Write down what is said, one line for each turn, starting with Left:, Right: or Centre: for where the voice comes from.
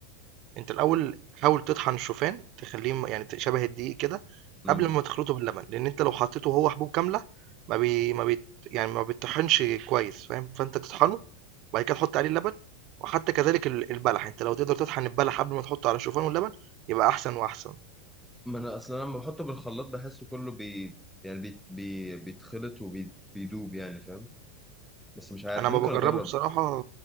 Right: أنت الأول حاول تطحن الشوفان تخلّيه م يعني ت شبه الدقيق كده
Centre: لي
Right: قبل ما تخلطه باللبن، لإن أنت لو حطيته وهو حبوب كاملة ما بي ما بيت يعني ما بيتطحنش كويس فاهم، فأنت تطحنه وبعد كده تحط عليه اللبن وحتى كذلك ال البلح، أنت لو تقدر تطحن البلح قبل ما تحطه على الشوفان واللبن يبقى أحسن وأحسن.
Centre: ما انا اصلا لما بحطه بالخلاط بحسه كله بي يعني بي... بي... بيتخلط وبيدوب يعني فاهم بس مش عارف
Right: أنا أمّا
Centre: ممكن
Right: باجرّبه
Centre: اجرب
Right: بصراحة